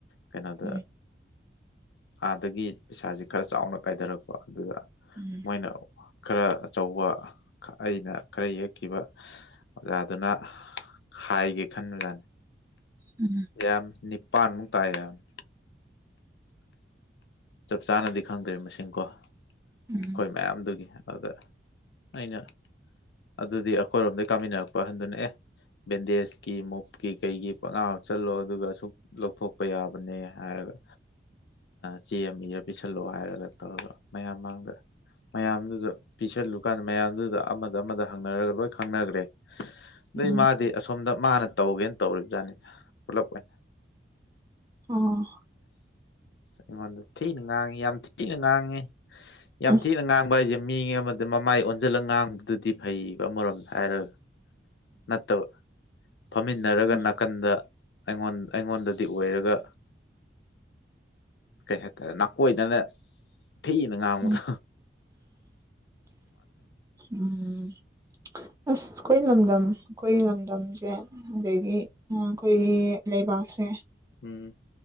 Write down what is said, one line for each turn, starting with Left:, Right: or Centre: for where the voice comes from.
Left: ꯀꯩꯅꯣꯗ
Right: ꯎꯝ
Left: ꯑꯥꯗꯒꯤ ꯄꯩꯁꯥꯁꯦ ꯈꯔ ꯆꯥꯎꯅ ꯀꯥꯏꯊꯔꯛꯄ ꯑꯗꯨꯗ
Right: ꯎꯝ
Left: ꯃꯣꯏꯅ ꯈꯔ ꯑꯆꯧꯕ ꯑꯩꯅ ꯈꯔ ꯌꯦꯛꯈꯤꯕ ꯑꯣꯖꯥꯗꯨꯅ ꯍꯥꯏꯒꯦ ꯈꯟꯕꯖꯠꯅꯤ
Right: ꯎꯝ
Left: ꯌꯥꯝ ꯅꯤꯄꯥꯟꯃꯨꯛ ꯇꯥꯢ ꯍꯥꯢꯕꯅꯦ ꯆꯞ ꯆꯥꯅꯗꯤ ꯈꯪꯗ꯭ꯔꯦ ꯃꯁꯤꯡꯀꯣ ꯑꯩꯈꯣꯏ
Right: ꯎꯝ
Left: ꯃꯌꯥꯝꯗꯨꯒꯤ ꯑꯗꯨꯗ ꯑꯩꯅ ꯑꯗꯨꯗꯤ ꯑꯩꯈꯣꯏꯔꯣꯝꯗꯩ ꯀꯥꯃꯤꯟꯅꯔꯛꯄ ꯑꯍꯟꯗꯨꯅꯦ ꯑꯦ ꯕꯦꯟꯗꯦꯖꯀꯤ ꯃꯣꯞꯀꯤ ꯀꯩꯒꯤ ꯈꯪꯍꯥꯞ ꯍꯥꯞꯆꯜꯂꯣ ꯑꯗꯨꯒ ꯑꯁꯨꯛ ꯂꯧꯊꯣꯛꯄ ꯌꯥꯕꯅꯦ ꯍꯥꯏꯔꯒ ꯆꯦ ꯑꯃ ꯏꯔ ꯄꯤꯁꯜꯂꯛꯑꯣ ꯍꯥꯏꯔꯒ ꯇꯧꯔꯒ ꯃꯌꯥꯝ ꯃꯥꯡꯗ ꯃꯌꯥꯝꯗꯨꯗ ꯄꯤꯁꯜꯂꯨꯀꯥꯟꯗ ꯃꯌꯥꯝꯗꯨꯗ ꯑꯃꯗ ꯑꯃꯗ ꯍꯪꯅꯔꯒ ꯂꯣꯏ ꯈꯪꯅꯈ꯭ꯔꯦ ꯑꯗꯩ
Right: ꯎꯝ
Left: ꯃꯥꯗꯤ ꯑꯁꯣꯝꯗ ꯃꯥꯅ ꯇꯧꯒꯦꯅ ꯇꯧꯔꯤꯕꯖꯥꯠꯅꯤꯗꯅ ꯄꯨꯂꯞ ꯑꯣꯢꯅ
Right: ꯑꯣ
Left: ꯑꯩꯉꯣꯟꯗ ꯊꯤꯅ ꯉꯥꯡꯉꯦ ꯌꯥꯝ ꯊꯤꯅ ꯉꯥꯡꯉꯦ ꯌꯥꯝ
Right: ꯎꯝ
Left: ꯊꯤꯅ ꯉꯥꯡꯕ ꯍꯥꯏꯁꯦ ꯃꯤ ꯑꯃꯗ ꯃꯃꯥꯏ ꯑꯣꯟꯁꯤꯜꯂꯒ ꯉꯥꯡꯕꯗꯨꯗꯤ ꯐꯩꯌꯦꯕ ꯑꯃꯔꯣꯝꯗ ꯍꯥꯏꯔꯒ ꯅꯠꯇꯕ ꯐꯝꯃꯤꯟꯅꯔꯒ
Right: ꯎꯝ
Left: ꯅꯥꯀꯟꯗ ꯑꯩꯉꯣꯟ ꯑꯩꯉꯣꯟꯗꯗꯤ ꯑꯣꯏꯔꯒ ꯀꯩ ꯍꯥꯏꯇꯥꯔꯦ ꯅꯥꯀꯣꯏꯗꯅ ꯊꯤꯅ ꯉꯥꯡꯕꯗꯣ
Right: ꯎꯝ
Left: <unintelligible>
Right: ꯎꯝ ꯑꯁ ꯑꯩꯈꯣꯏ ꯂꯝꯗꯝ ꯑꯩꯈꯣꯏ ꯂꯝꯗꯝꯁꯦ ꯑꯗꯒꯤ ꯑꯩꯈꯣꯏꯒꯤ ꯂꯩꯕꯥꯛꯁꯦ
Left: ꯎꯝ